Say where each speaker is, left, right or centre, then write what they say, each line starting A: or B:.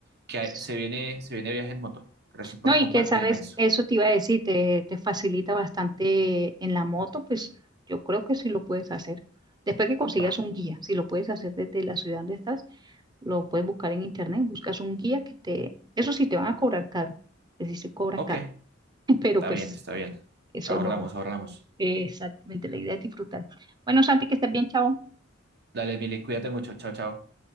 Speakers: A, on the right (about 55°); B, on the right (about 20°).
A: que hay-
B: Sí.
A: se viene, se viene viaje en moto. Gracias por
B: No, y
A: compartirme
B: que sabes,
A: eso.
B: eso te iba a decir, te, te facilita bastante en la moto, pues yo creo que sí lo puedes hacer. Después que consigas
A: Va.
B: un guía, si lo puedes hacer desde la ciudad donde estás, lo puedes buscar en internet, buscas un guía que te, eso sí te van a cobrar caro, es decir, se cobran
A: Ok,
B: caro, <laughs> pero
A: está
B: pues
A: bien, está bien.
B: eso
A: Ahorramos,
B: no,
A: ahorramos.
B: Exactamente, la idea es disfrutar. Bueno, Santi, que estés bien, chao.
A: Dale, Emile, cuídate mucho. Chao, chao.